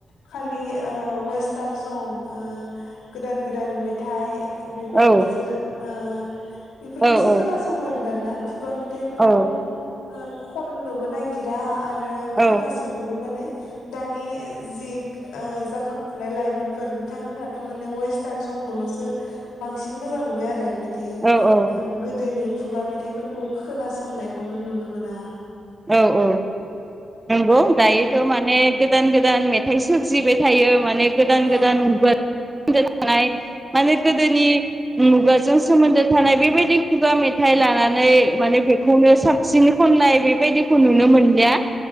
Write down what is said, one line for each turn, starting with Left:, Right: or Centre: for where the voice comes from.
Left: खालि ओ वेस सं ओ गोदान गोदान मे थाय बेफोरखौसो
Right: औ
Left: ओ बेफोरखौसो
Right: औ
Left: खोनासङो आरो दाना खुगा मेथ देफोरखौ
Right: औ
Left: ओ खननोबो नागिरा आरो आरो खोनासंनोबो
Right: औ
Left: माने दानि जि ओ जाखांफुनाय लाइमोनफोर बिथांमोनाथ' माने वेसथान सं खौल'सो बांसिन मोजां मोनो आरो दि
Right: औ औ
Left: ओ गोदोनि खुगा मेथाइफोरखौ खोनासंनायखौनो नुनो मोना
Right: औ औ नंगौ दायोथ'
Left: औ
Right: माने गोदान गोदान मेथाइ सोरजिबाय थायो माने गोदान
Left: औ
Right: गोदान मुगा <inaudible> थानाय माने गोदोनि मुगाजों सोमोन्दो थानाय बेबायदि खुगा मेथाइ लानानै माने बेखौनो साबसिन खननाय बे बेबायदिखौ नुनो मोनलिया